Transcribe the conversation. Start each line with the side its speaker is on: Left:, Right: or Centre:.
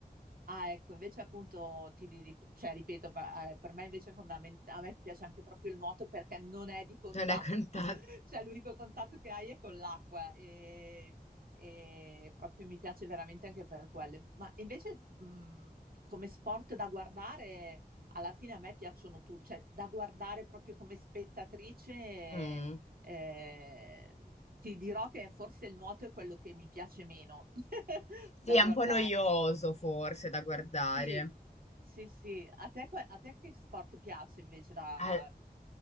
Right: Ah, ecco, invece appunto ti di- di- cioè ripeto, per, eh, per me invece è fondamentale, a me piace anche proprio il nuoto perché non è di contatto,
Left: Non è <laughs> contatto.
Right: <laughs> cioè l'unico contatto che hai è con l'acqua e, e proprio mi piace veramente anche per quello. Ma invece mh, come sport da guardare, alla fine a me piacciono tutti, cioè da guardare proprio come spettatrice,
Left: Mm.
Right: eh, ti dirò che forse il nuoto è quello che mi piace meno <laughs> da
Left: Sì, è
Right: guardare.
Left: un po' noioso forse da guardare.
Right: Sì, sì, sì. A te, que- a te che sport piace invece da,
Left: Ah,